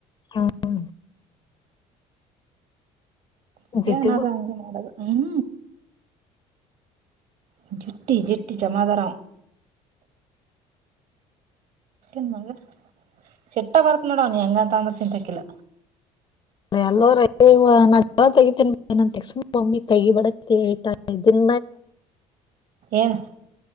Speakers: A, on the left; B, on the right.
A: ಹಾ
B: ಹಗೆ
A: ಜಿಟ್ಟಿಗೂ
B: ನಾದ ಹಂಗೆ ಮಾಡದು ಹ್ಮ್ ಹ್ಮ್ ಜೆಟ್ಟಿ ಜೆಟ್ಟಿ ಜಮ ಆದರ ನ್ ಮಗ ಚಟ್ಟೆ ಬರ್ತ್ ನೋಡೂ ಅವ್ನ್ ಹೆಂಗಂತ ಅಂದ್ರೂ ಚಿಂತೆಕಿಲ್ಲ.
A: ಎಲ್ಲೋ ನಾ ಜಲ ತೆಗಿತೀನಿ ಬ ನನ್ ತೆಸ ಮಮ್ಮಿ ತೆಿ ಬಡ ದಿನ
B: ಏನ್